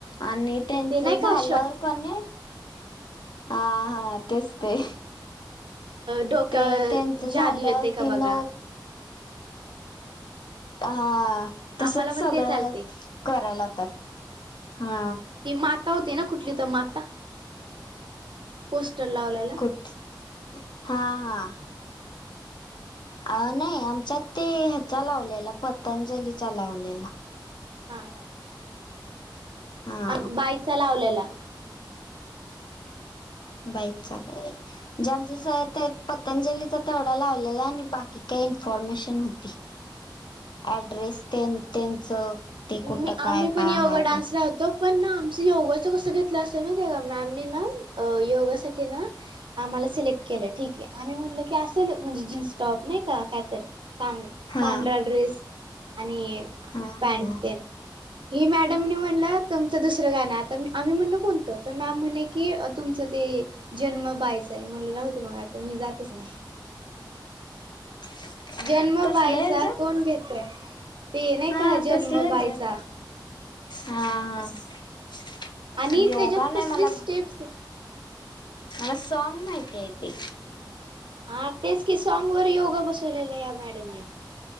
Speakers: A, on the left; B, on the right.
A: आणि त्यांच
B: ते नाही
A: झाल्यावर
B: का श
A: कनी हा हा तेच ते
B: डोक्यावर
A: ते त्यांच
B: जादू
A: झाल्यावरती
B: येते का बघा
A: न हा तसंच
B: आम्हाला पण
A: सगळं
B: ते चालते
A: करायला लावतात हा
B: ती माता होती ना कुठली तर माता. पोस्टर लावला.
A: हा हा. अ नाही आमच्यात ते ह्याचा लावलेला पतंजली चा लावलेला
B: हा
A: हा
B: का बाईकचा लावलेला.
A: बाईचा काय. जे आमचं स पतंजलीचा तेवढा लावलेला आहे आणि बाकी काही इन्फॉर्मेशन होती.
B: <unintelligible>
A: ऍड्रेस तेन त्यांचं. ते कुठं
B: मी आम्ही
A: काय
B: पण
A: काय
B: योगा
A: हाय
B: डान्सला
A: ते
B: ह होत. तो पण ना आमचं योगाचं कसं घेतलं असेल माहितीये का मॅमने ना योगासाठी ना. आम्हाला सिलेक्ट केलं ठीक आहे आम्ही म्हणलं की असेल म्हणजे जीन्स टॉप नाही का कायतरी. सां
A: हा
B: पांढरा ड्रेस आणि
A: हा हा
B: पॅंट. हे मॅडमनी म्हणलं तुमचं दुसरं गाणं आता आम्ही म्हणलो कोणतं. तर मॅम म्हणे कि तुमचं ते. जन्म बायचा आहे मला राहते मग आता मी जातच नाही.
A: <unintelligible>
B: जन्म
A: तसल्या
B: बाईचा
A: हेज्यात
B: कोण घेतं ते नाही
A: हा
B: का जन्म
A: तसल्या हेज्यात
B: बाईचा.
A: हा हा
B: आणि
A: योगा
B: त्याच्यात कसली
A: नाही मला.
B: स्टेप्स घेत
A: मला सॉंग माहिती आहे ते.
B: हा तेच की सॉंग वर योगा बसवलेला या मॅडमने.